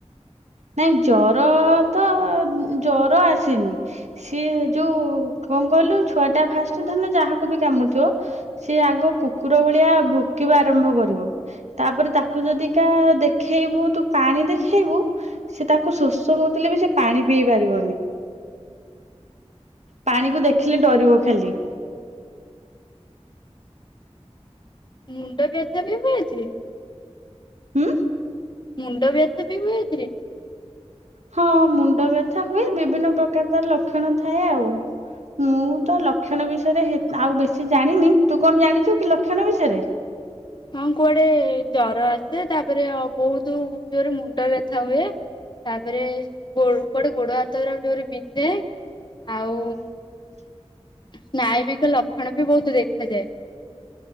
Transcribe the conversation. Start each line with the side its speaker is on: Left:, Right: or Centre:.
Right: ନାଇଁ ଜର ତ ଜର ଆସେନି। ସିଏ ଯୋଉ କଣ କହିଲୁ ଛୁଆ ଟା ଫାଷ୍ଟ ଧରିନିଅ ଯାହାକୁ ବି କାମୁଡିଥିବ ସିଏ ଆଗ କୁକୁର ଭଳିଆ ଭୁକିବା ଆରମ୍ଭ କରିବ। ତାପରେ ତାକୁ ଯଦି କା ଦେଖେଇବୁ ତୁ ପାଣି ଦେଖେଇବୁ ସିଏ ତାକୁ ଶୋଷ ହଉଥିଲେ ବି ସେ ପାଣି ପିଇ ପାରିବନି। ପାଣିକୁ ଦେଖିଲେ ଡରିବ ଖାଲି।
Left: ମୁଣ୍ଡ ବ୍ୟଥା ବି ହୁଏ ଏଥିରେ?
Right: ହୁଁ?
Left: ମୁଣ୍ଡ ବ୍ୟଥା ବି ହୁଏ ଏଥିରେ?
Right: ହଁ ମୁଣ୍ଡ ବ୍ୟଥା ହୁଏ, ବିଭିନ୍ନ ପ୍ରକାର ତାର ଲକ୍ଷଣ ଥାଏ ଆଉ। ମୁଁ ତ ଲକ୍ଷଣ ବିଷୟରେ ହେ ଆଉ ବେଶୀ ଜାଣିନି। ତୁ କଣ ଜାଣିଚୁ କି ଲକ୍ଷଣ ବିଷୟରେ?
Left: ହଁ କୁଆଡେ ଜର ଆସେ, ତାପରେ ବହୁତ ଜୋର ମୁ ମୁଣ୍ଡ ବ୍ୟଥା ହୁଏ। ତାପରେ କୁଆଡେ ଗୋଡ ହାତଗୁରା ଯୋରେ ବିନ୍ଧେ।
Right: <inaudible>
Left: ଆଉ ସ୍ନାୟବିକ ଲକ୍ଷଣ ବି ବହୁତ ଦେଖାଯାଏ।